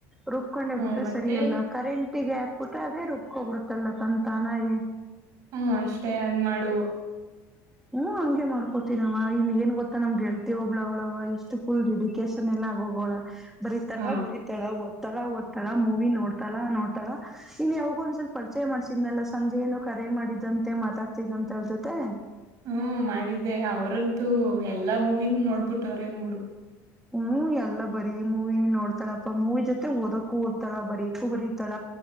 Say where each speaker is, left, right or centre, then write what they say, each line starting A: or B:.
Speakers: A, in the centre; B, on the right.
A: ರುಬ್ಕೊಂಡೋಗ
B: ಹ
A: ಬಿಟ್ರೆ
B: ಮತ್ತೆ
A: ಸರಿಯಲ್ಲ ಕರೆಂಟ್ ಒಟ್ಟಿಗೆ ಹಾಕ್ಬಿಟ್ಟೆ ಅದೇ ರುಬ್ಕೊ್ಬಿಡುತ್ತಲ್ಲ ತಂತತಾನಗೆ
B: ಹ್ಮ್ ಅಷ್ಟೇ ಹೆಂಗ ಮಾಡುವ.
A: ಹ್ಮ್ ಹಂಗೆ ಮಾಡ್ಕೋತನವ ಇಲ್ಲಿ ಏನ್ ಗೊತ್ತಾ ನಮ್ಗೆಳ್ತತಿ ಒಬ್ಳ ಅವ್ಳವ ಇಷ್ಟು ಫುಲ್ ಡೆಡಿಕೇಶನ್ ಎಲ್ಲ ಆಗೋಗವಳ. ಬರೀತಲ
B: ಹ
A: ಬರೀ ತಳಬಹದು. ಓದ್ತಾಳ ಓದ್ತಾಳ ಮೂವಿ ನೋಡ್ತಾಳಾ ನೋಡ್ತಾಳ ಇನ್ ಯಾವಾಗ ಒಂದ್ಸಲ್ಪ ಪರಿಚಯ ಮಾಡ್ಸಿದ್ನಲ್ಲ ಸಂಜೆಏನ ಕರೆ ಮಾಡಿದಂತೆ ಮಾತಾಡ್ತಿದ ಅಂತ ಅವರ ಜೊತೆ
B: ಹ್ಮ ಮಾಡಿದ್ದೆ ಅವ್ರಂತೂ ಎಲ್ಲಾ ಮೂವಿನ ನೋಡ್ ಪುಟ್ಟ ಗೌರಿ ನೋಡು
A: ಹ್ಮ್ ಎಲ್ಲಾ ಬರಿ ಮೂವಿನ ನೋಡ್ತಾಳಪ್ಪಾ ಮೂವಿ ಜೊತೆ ಓದೋಕೂ ಓದ್ತಾಳ ಬರಿಯಕು ಬರತಾಳ